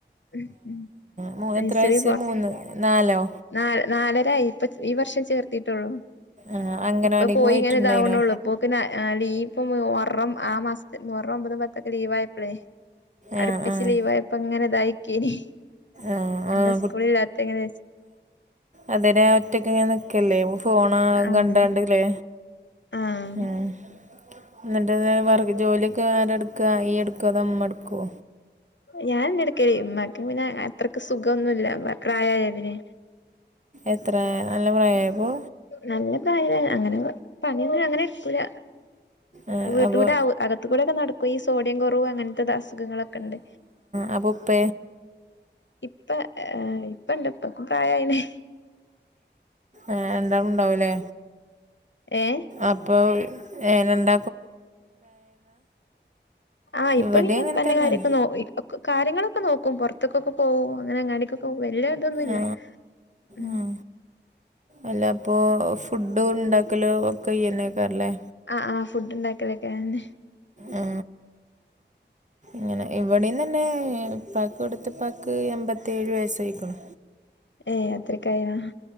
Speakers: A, on the left; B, on the right.
A: യും ഉം ഉം
B: മൊ
A: നഴ്സറി
B: എത്ര വയസ്സ് മൂന്ന് നാലോ
A: നാല് നാലരായി ഇപ്പൊ ഈ വർഷം ചേർത്തീട്ടൊള്ളൂ
B: ആഹ് അംഗനവാടിക്ക്
A: ഇപ്പൊ പോയി
B: പോയിട്ടുണ്ടായിനോ
A: ഇങ്ങനെ ഇതാവണൊള്ളൂ ഇപ്പൊക്കെ ന ആ ലീവ് ഇപ്പ മൊ ഹറം ആ മാസത്തി മൊഹറം ഒമ്പതും പത്തൊക്കെ ലീവായപ്പളേ
B: ആഹ്
A: അടുപ്പിച്ച്
B: ആഹ്
A: ലീവായപ്പോ ഇങ്ങനിതായി ക്കേനി
B: ആഹ് ആഹ്
A: എന്താ സ്കൂളില്ലാത്തിങ്ങനെ
B: അതിന് ഒറ്റ‌ക്കിങ്ങനെ നിക്കെല്ലേ ഫോണാ
A: ആഹ്
B: കണ്ടാണ്ടകിലെ
A: ആഹ്
B: ഉം എന്നിട്ട് എന്തേലും വർ ജോലിയൊക്കെ ആരെടുക്കാ ഇയ്യ് എടുക്കോ അതാ ഇമ്മ എടുക്കോ
A: ഞാനന്നെ എടക്കല് ഇമ്മാക്ക് പിന്നെ അത്രക്ക് സുഖം ഒന്നൂല്ല ഇമ്മ പ്രായായതിന്
B: എത്ര? പ്രായായപ്പോ
A: നല്ല ഭായ അങ്ങനെ പണിയൊന്നും അങ്ങനെ എടുക്കൂല.
B: ആഹ്
A: വീട്ട്കൂടെ
B: അപ്പൊ
A: അകത്തുകൂടെൊക്കെ നടക്കും ഈ സോഡിയം കുറവ് അങ്ങനത്തെ അസുഖങ്ങളൊക്കെണ്ട്
B: അപ്പോ ഉപ്പ
A: ഇപ്പ ആഹ് ഇപ്പന്റുപ്പക്കും പ്രായായിനെ
B: ആഹ് എന്താ ഉണ്ടാവൂലേ
A: ഏ
B: അപ്പ ക്കേനണ്ട
A: ആഹ് ഇപ്പ
B: ഇവിടെയും
A: പിന്നെ
B: അങ്ങനെ
A: ഇപ്പാന്റെ
B: തന്നെയാണ്
A: കാര്യൊക്കെ നോ ക കാര്യങ്ങള് ക്ക് നോക്കും പുറത്തെക്കൊക്കെ പോകും അങ്ങനെ അങ്ങടികൊക്കെ വല്യ ഇതൊന്നുവില്ല.
B: ആ
A: ഉമ്
B: ആ അല്ല അപ്പൊ ഫുഡും ഉണ്ടാക്കലോ ഒക്കെ ഈഅന്നക്കാറില്ലേ
A: ആഹ ആഹ ഫുഡ് ഉണ്ടാക്കലൊക്കെ ഉണ്ട്.
B: ആ ഇങ്ങനെ ഇവിടെ ഈന്നന്നെ ഇപ്പാക്ക് കൊടുത്ത പാക്ക് എൺമ്പത്തിയേഴ് വയസ്സായിക്കണു.
A: ഏയ് അത്രകായിന?